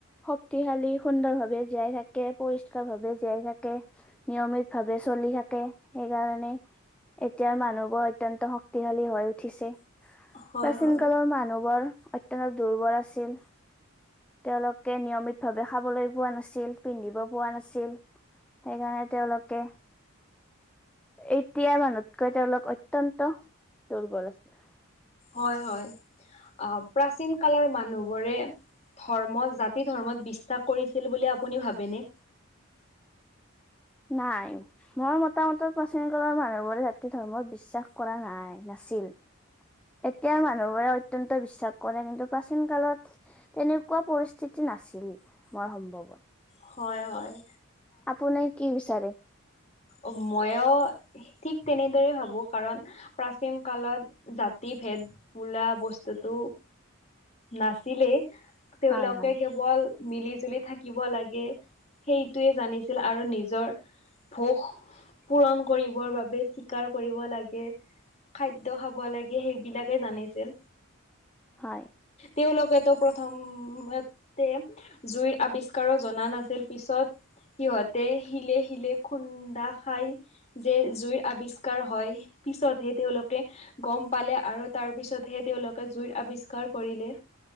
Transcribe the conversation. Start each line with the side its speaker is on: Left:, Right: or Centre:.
Centre: শক্তিশালী সুন্দৰ ভাৱে জীয়াই থাকে, পৰিষ্কাৰ ভাৱে জীয়াই থাকে। নিয়মিত ভাৱে চলি থাকে, সেইকাৰণে - এতিয়াৰ মানুহবোৰ অত্যন্ত শক্তিশালী হৈ উঠিছে।
Left: হয়
Centre: প্ৰাচীন
Left: হয়
Centre: কালৰ মানুহবোৰ অত্যন্ত দুৰ্বল আছিল। তেওঁলোকে নিয়মিত ভাৱে খাবলৈ পোৱা নাছিল, পিন্ধিব পোৱা নাছিল। সেইকাৰণে তেওঁলোকে - এতিয়া মানুহতকৈ তেওঁলোক অত্যন্ত দুৰ্বল আছিল।
Left: হয় হয়, অ প্ৰাচীন কালৰ মানুহবোৰে - ধৰ্মত জাতি ধৰ্মত বিশ্বাস কৰিছিল বুলি আপুনি ভাবে নে?
Centre: নাই। মই মতামতৰ প্ৰাচীনকলৰ মানুহবোৰে জাতি ধৰ্মত বিশ্বাস কৰা নাই নাছিল। এতিয়া মানুহবোৰে অত্যন্ত বিশ্বাস কৰে কিন্তু প্ৰাচীন কালত - তেনেকুৱা পৰিস্থিতি নাছিল, মই সম্ভৱত।
Left: হয় হয়।
Centre: আপুনি কি বিচাৰে?
Left: অ, মইয়ো ঠিক তেনেদৰে ভাবো, কাৰণ - প্ৰাচীন কালত জাতি ভেদ বোলা বস্তুটো - নাছিলেই, তেওঁলোকে
Centre: হয় হয়
Left: কেৱল - মিলি জুলি থাকিব লাগে, সেইটোৱে জানিছিল আৰু নিজৰ - ভোগ পূৰণ কৰিবৰ বাবে স্বীকাৰ কৰিব লাগে। খাদ্য খাব লাগে সেইবিলাকে জানিছিল।
Centre: হয়।
Left: তেওঁলোকেতো প্ৰথমতে - জুইৰ আৱিষ্কাৰো জনা নাছিল পিছত সিহঁতে শিলে শিলে - খুন্দা খাই যে জুইৰ আৱিষ্কাৰ হয়, পিছতহে তেওঁলোকে - গম পালে আৰু তাৰ পিছতহে তেওঁলোকে জুইৰ আৱিষ্কাৰ কৰিলে।